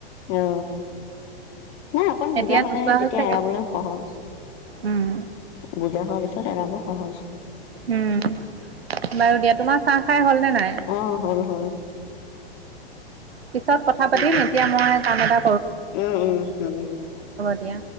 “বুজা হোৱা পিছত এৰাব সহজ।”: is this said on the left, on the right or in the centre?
Left